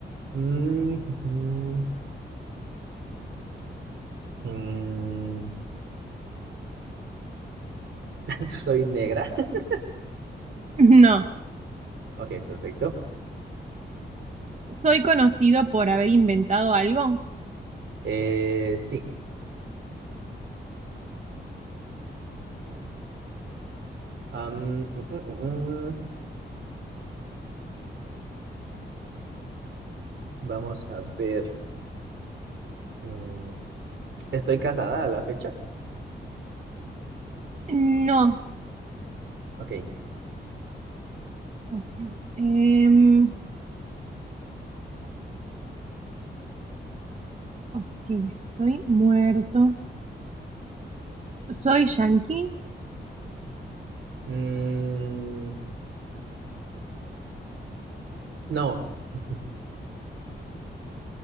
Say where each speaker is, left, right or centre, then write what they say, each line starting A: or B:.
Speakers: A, on the right; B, on the right.
A: Mm, ujú, mm, <laughs> soy negra. <laughs>
B: No.
A: Ok, perfecto.
B: ¿Soy conocido por haber inventado algo?
A: Eh, sí. Am, mm, mm, mm, mm. Vamos a ver. Mm, ¿estoy casada a la fecha?
B: No.
A: Ok.
B: Ok. Em, ok, estoy muerto. ¿Soy yankee?
A: Mm, no. <laughs>